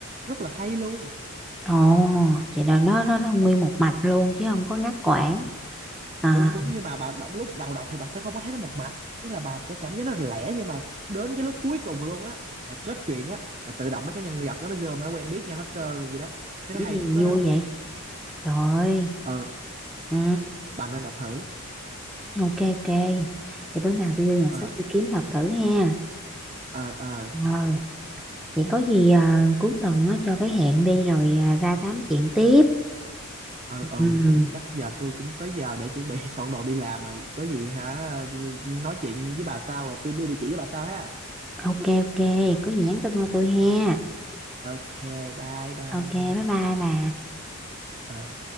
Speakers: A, on the right; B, in the centre.
A: rất là hay luôn
B: ồ vậy là nó nó nó nguyên một mạch luôn chứ không có ngắt quãng à
A: đúng đúng nhưng mà bà, bà lúc đầu đọc thì bà sẽ không có thấy nó một mạch ý là bà sẽ cảm giác nó lẻ nhưng mà đến cái lúc cuối cùng luôn á là kết chuyện á là tự động mấy cái nhân vật đó nó gom nó quen biết nhau hết trơn gì đó thấy nó
B: cái
A: hay
B: gì
A: khúc đó
B: vui
A: đó
B: vậy trời ơi
A: ờ
B: ừ
A: bà nên đọc thử
B: ok ok thì bữa nào tôi vô nhà
A: ờ
B: sách tôi kiếm đọc thử ha
A: ờ ờ
B: ờ vậy có gì à, cuối tuần á, cho cái hẹn đi rồi à, ra tám chuyện tiếp
A: ờ ờ
B: ừ
A: chắc giờ tôi cũng tới giờ để chuẩn bị <laughs> soạn đồ đi làm rồi có gì hả nói chuyện với bà sau rồi tôi đưa địa chỉ với bà sau ha
B: ok ok có gì nhắn tin qua tôi ha
A: Ờ, ok bye bye
B: ok bye bye bà
A: Ờ.